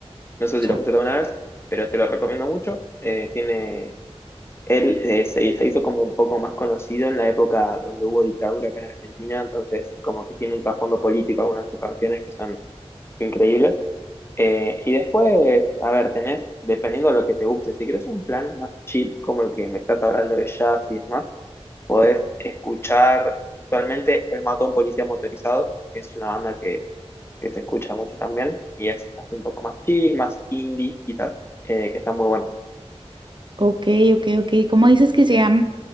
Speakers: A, on the left; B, on the right.
A: No sé si
B: Cha-
A: lo escuchaste alguna vez, pero te lo recomiendo mucho. Eh, tiene Él eh, se, se hizo como un poco más conocido en la época donde hubo dictadura acá en Argentina, entonces como que tiene un trasfondo político algunas de sus canciones que son increíbles. Eh, y después, a ver, tenés, dependiendo de lo que te guste, si querés un plan más chill como el que me estás hablando de jazz y demás, podés escuchar actualmente El Mató a un Policía Motorizado, que es una banda que, que se escucha mucho también, y es así un poco más chill, más indie quizás, eh, que está muy bueno.
B: Ok, ok, ok. ¿Cómo dices que se llama?